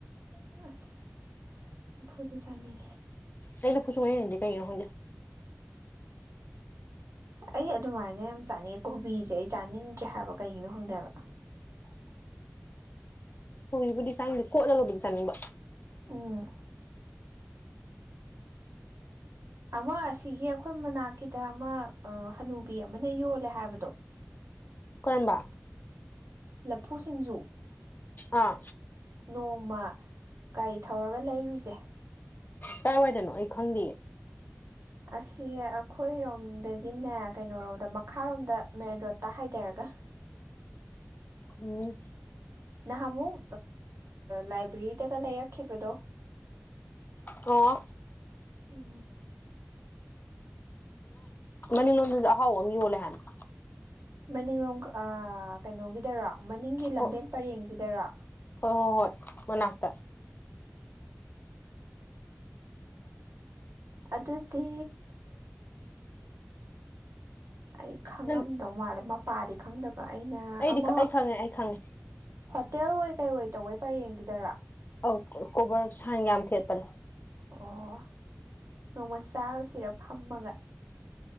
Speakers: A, on the right (about 65°); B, on the left (about 35°).
A: ꯑꯁ ꯅꯝ ꯐꯨꯗꯤ ꯆꯥꯅꯤ
B: ꯇꯩꯅ ꯐꯁꯨ ꯀꯩꯅ ꯍ
A: <inaudible> ꯑꯩ ꯑꯗꯨꯃꯥꯏꯅ ꯌꯥꯝ ꯆꯥꯅꯤꯡꯉꯦ ꯀꯣꯕꯤꯁꯦ ꯑꯩ ꯆꯥꯅꯤꯡꯗ꯭ꯔꯦ ꯍꯥꯏꯕ ꯀꯩꯒꯤꯅꯣ ꯈꯪꯗꯦꯕ
B: ꯎ ꯍꯣꯏꯕꯨꯗꯤ ꯁꯥꯅꯤꯡꯗꯦ ꯀꯣꯠꯂꯒꯕꯨꯗꯤ ꯁꯥꯅꯤꯡꯕ
A: ꯎꯝ ꯑꯃ ꯑꯁꯤꯒꯤ ꯑꯩꯈꯣꯏ ꯃꯅꯥꯛꯀꯤꯗ ꯑꯃ ꯍꯅꯨꯕꯤ ꯑꯃꯅ ꯌꯣꯜꯂꯦ ꯍꯥꯏꯕꯗꯣ
B: ꯀꯔꯝꯕ
A: ꯂꯐꯨ ꯁꯤꯡꯖꯨ
B: ꯑꯥ
A: ꯅꯣꯡꯃ ꯒꯥꯔꯤ ꯊꯧꯔꯒ ꯂꯩꯔꯨꯁꯦ
B: ꯀꯗꯥꯥꯏꯋꯥꯏꯗꯅꯣ ꯑꯩ ꯈꯪꯗꯦꯌꯦ
A: ꯑꯁꯤ ꯑꯩꯈꯣꯏꯔꯣꯝꯗꯒꯤꯅꯦ ꯀꯩꯅꯣꯣꯔꯣꯝꯗ ꯃꯈꯥꯔꯣꯝꯗ ꯃꯦꯟ ꯔꯣꯠꯇ ꯍꯥꯏꯊꯔꯒ ꯑ
B: ꯎꯝ
A: ꯅꯍꯥꯟꯃꯨꯛ ꯂꯥꯏꯕ꯭ꯔꯦꯔꯤꯗꯒ ꯂꯩꯔꯛꯈꯤꯕꯗꯣ
B: ꯑꯣ
A: ꯎꯝ
B: ꯃꯅꯤꯡꯂꯣꯝꯗꯨꯁꯨ ꯑꯍꯥꯎꯕ ꯑꯃ ꯌꯣꯜꯂꯦ ꯍꯥꯏꯥꯟꯅ
A: ꯃꯅꯤꯡꯂꯣꯝ ꯀꯩꯅꯣꯒꯤꯗꯔꯣ ꯃꯅꯤꯡꯒꯤ
B: ꯍꯣꯏ
A: ꯂꯝꯕꯦꯟ ꯄꯔꯦꯡꯁꯤꯗꯔꯣ
B: ꯍꯣꯏ ꯍꯣꯏ ꯍꯣꯏ ꯃꯅꯥ ꯇ
A: ꯑꯗꯨꯗꯤ ꯑꯩ ꯈꯪꯉꯝꯗꯧ
B: ꯅꯪ
A: ꯃꯥꯜꯂꯦ ꯃꯄꯥꯗꯤ ꯈꯪꯗꯕ ꯑꯩꯅ
B: ꯑꯩꯗꯤ
A: ꯑꯃ
B: ꯑꯩ ꯈꯪꯉꯦ ꯑꯩ ꯈꯪꯉꯦ
A: ꯍꯣꯇꯦꯜ ꯑꯣꯏꯣꯏ ꯀꯩ ꯑꯣꯏ ꯇꯧꯋꯦ ꯄꯔꯦꯡꯗꯨꯗꯔꯥ
B: ꯑ ꯀꯣꯕꯔ ꯁꯥꯡ ꯌꯥꯝ ꯊꯦꯠꯄꯅꯦ
A: ꯑꯣ ꯅꯣꯡꯃ ꯆꯥꯔꯨꯁꯤꯔ ꯐꯝꯃꯒ